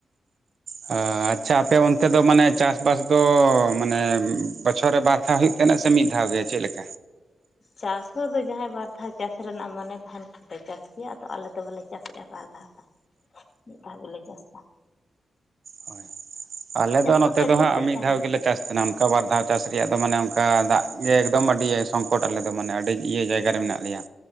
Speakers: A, on the right (about 65°); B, on the left (about 55°).
A: ᱟ ᱟᱪᱷᱟ ᱟᱯᱮ ᱚᱱᱛᱮ ᱫᱚ ᱢᱟᱱᱮ ᱪᱟᱥᱵᱟᱥ ᱫᱚ ᱢᱟᱱᱮ ᱵᱚᱪᱷᱚᱨ ᱨᱮ ᱵᱟᱨ ᱫᱷᱟᱣ ᱦᱩᱭᱩᱜ ᱛᱟᱦᱮᱱᱟ ᱥᱮ ᱢᱤᱫ ᱫᱷᱟᱣ ᱜᱮ ᱪᱮᱫ ᱞᱮᱠᱟ
B: ᱪᱟᱥ ᱦᱚᱸᱫᱚ ᱡᱟᱦᱟᱸᱭ ᱵᱟᱨ ᱫᱷᱟᱣ ᱪᱟᱥ ᱨᱮᱱᱟᱜ ᱢᱚᱱᱮ ᱛᱟᱦᱮᱱ ᱠᱷᱟᱱ ᱠᱚ ᱪᱟᱥ ᱜᱮᱭᱟ ᱟᱫᱚ ᱟᱞᱮ ᱫᱚ ᱵᱟᱞᱮ ᱪᱟᱥᱮᱫᱼᱟ ᱵᱟᱨ ᱫᱷᱟᱣ ᱫᱚ ᱢᱤᱫ ᱫᱷᱟᱣ ᱜᱮᱞᱮ ᱪᱟᱥᱫᱟ
A: ᱦᱳᱭ ᱟᱞᱮ
B: ᱪᱟᱥ
A: ᱫᱚ ᱱᱚᱛᱮ
B: ᱫᱚᱠᱚ
A: ᱫᱚ
B: ᱪᱟᱥᱮᱫ
A: ᱦᱟᱸᱜ ᱢᱤᱫ
B: ᱠᱟᱱ
A: ᱫᱷᱟᱣ
B: ᱜᱮᱭᱟ
A: ᱜᱮᱞᱮ ᱪᱟᱥ ᱛᱟᱦᱮᱱᱟ ᱚᱱᱠᱟ ᱵᱟᱨ ᱫᱷᱟᱣ ᱪᱟᱥ ᱨᱮᱭᱟᱜ ᱫᱚ ᱢᱟᱱᱮ ᱚᱱᱠᱟ ᱫᱟᱜ ᱜᱮ ᱮᱠᱫᱚᱢ ᱟᱹᱰᱤ ᱥᱚᱝᱠᱚᱴ ᱟᱞᱮᱫᱚ ᱢᱟᱱᱮ ᱟᱹᱰᱤ ᱤᱭᱟᱹ ᱡᱟᱭᱜᱟᱨᱮ ᱢᱮᱱᱟᱜ ᱞᱮᱭᱟ᱾